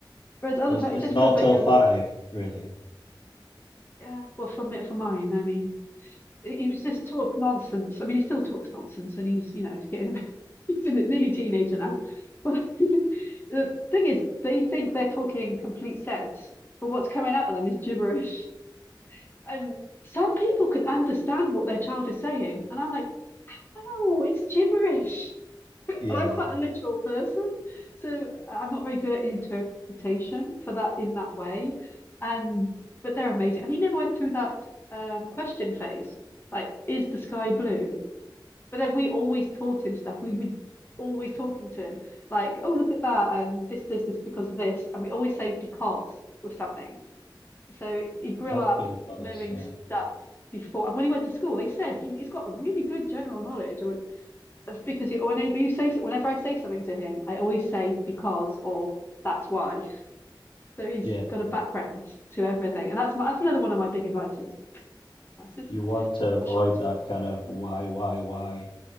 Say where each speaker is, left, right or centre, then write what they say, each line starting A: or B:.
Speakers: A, on the left; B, on the left.
A: Whereas other
B: Does
A: times
B: it's
A: it just
B: not
A: feels like
B: till
A: you're
B: five,
A: look
B: really. <laughs>
A: yeah, well for it for mine, I mean he was just talk nonsense. I mean he still talks nonsense and he's you know he's getting a bit <laughs> he's in it, nearly teenager now. But <laughs> the thing is they think they're talking complete sense, but what's coming out of them is gibberish. And some people can understand what their child is saying, and I'm like, oh, it's gibberish. And
B: Yeah,
A: I'm quite a literal person, so I'm not very good at interpretation for that in that way. And but they're amazing. And he never went through that um, question phase, like, is the sky blue? But then we always taught him stuff. We would always talking to him, like, oh, look at that, and this does this because of this. And we always say because with something. So he grew
B: that's
A: up
B: good advice.
A: knowing
B: Yeah.
A: stuff before. And when he went to school, they said he, he's got a really good general knowledge. I went, that's because you, whenever you say, whenever I say something to him, I always say because or that's why. So he's
B: Yeah.
A: got a background to everything, and that's my, that's another one of my big advices. Advices?
B: You want to avoid
A: I'm not sure that's.
B: that kind of why, why, why